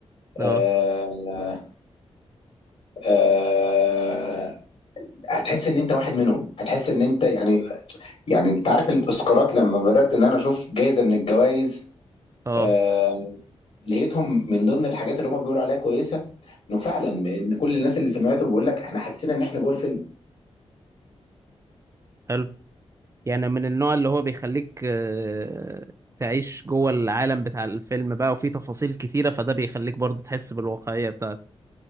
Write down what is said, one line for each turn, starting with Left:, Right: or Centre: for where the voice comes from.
Left: آه
Right: اه
Left: آه آه، هتحس إن أنت واحد منهم هتحس إن أنت يعني يعني انت عارف الاسكارات لما بدات ان انا اشوف جايزه من الجوائز
Right: اه
Left: آه لقيتهم من ضمن الحاجات اللي هم بيقولوا عليها كويسه انه فعلا ان كل الناس اللي سمعته بيقول لك احنا حسينا ان احنا جوه الفيلم
Right: حلو يعني من النوع اللي هو بيخليك آه، تعيش جوه العالم بتاع الفيلم بقى وفيه تفاصيل كتيرة فده بيخليك برضو تحس بالواقعية بتاعته